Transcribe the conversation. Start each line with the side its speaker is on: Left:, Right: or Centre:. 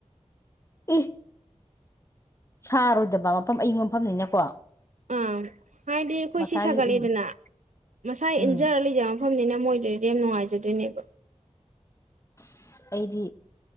Left: ꯏ ꯁꯥꯔꯣꯏꯗꯕ ꯃꯐꯝ ꯑꯌꯪꯕ ꯃꯐꯝꯅꯤꯅꯀꯣ
Right: ꯑꯥ ꯍꯥꯏꯗꯤ ꯑꯩꯈꯣꯏ
Left: ꯃꯁꯥꯒꯤ
Right: ꯁꯤ ꯁꯥꯒꯠꯂꯤꯗꯅ
Left: ꯎꯟ
Right: ꯃꯁꯥ
Left: ꯎꯝ
Right: ꯏꯟꯖꯔꯂꯤꯖ ꯃꯐꯝꯅꯤꯅ ꯃꯣꯏꯗꯨꯗꯤ ꯌꯥꯝ ꯅꯨꯡꯉꯥꯏꯖꯗꯣꯏꯅꯦꯕ
Left: ꯑꯁ ꯑꯩꯗꯤ